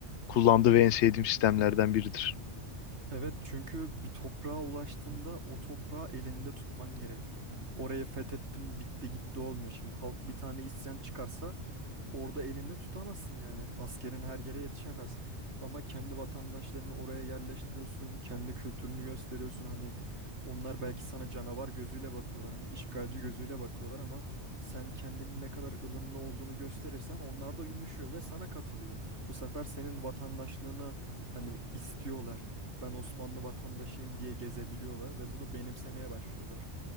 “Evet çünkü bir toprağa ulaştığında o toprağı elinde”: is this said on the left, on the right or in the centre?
Right